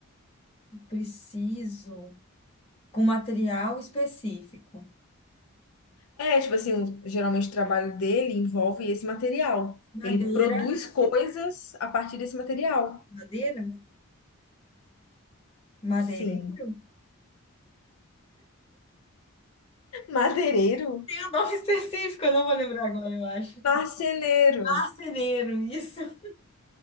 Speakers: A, on the left (about 25°); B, on the left (about 80°).
A: Preciso com material específico.
B: É, tipo assim, o- geralmente o trabalho dele envolve esse material.
A: Madeira,
B: Ele produz coisas a partir desse material.
A: madeira, né? madeireiro?
B: Sim. Madeireiro?
A: Tem um nome <laughs> específico, eu não vou lembrar agora, eu acho.
B: Marceneiro.
A: Marceneiro, isso.